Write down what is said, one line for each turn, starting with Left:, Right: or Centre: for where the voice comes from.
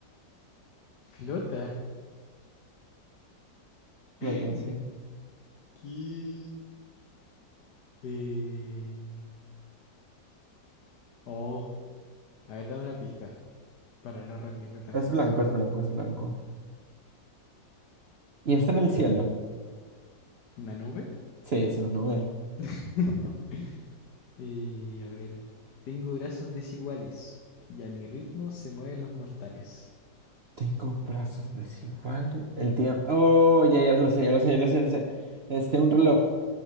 Left: Flota. <gasps>
Right: flota,
Left: <laughs>
Right: sí.
Left: ¿Qué? Eh, Oh, a ver, dame una pista para no rendirme tan
Right: Es
Left: fácil.
Right: blanco, es blanco, es blanco. Y está en el cielo.
Left: ¿Una nube?
Right: Sí, es una nube.
Left: <laughs> Eh, a ver. Tengo brazos desiguales y a mi ritmo se mueven los mortales.
Right: Tengo brazos desiguales. El tiempo. Oh, ya, ya lo sé, ya lo sé, ya lo sé, ya lo sé. Este, un reloj.